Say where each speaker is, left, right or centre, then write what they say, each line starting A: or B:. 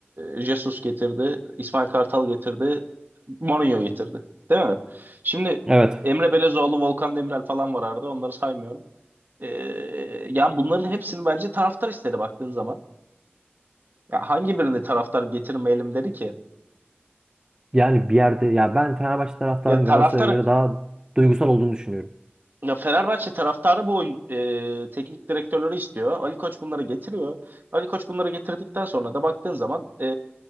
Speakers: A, on the right; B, on the right.
A: e, Jesus getirdi. İsmail Kartal getirdi. Mourinho getirdi. Değil mi? Şimdi
B: Evet.
A: Emre Belezoğlu, Volkan Demirel falan var arada. Onları saymıyorum. E, yani bunların hepsini bence taraftar istedi baktığın zaman. Ya hangi birini taraftar getirmeyelim dedi ki?
B: Yani bir yerde ya ben Fenerbahçe taraftarının
A: Ya taraftar
B: Galatasaray'a göre daha duygusal olduğunu düşünüyorum.
A: Ya Fenerbahçe taraftarı bu oyun- e, teknik direktörleri istiyor. Ali Koç bunları getiriyor. Ali Koç bunları getirdikten sonra da baktığın zaman e,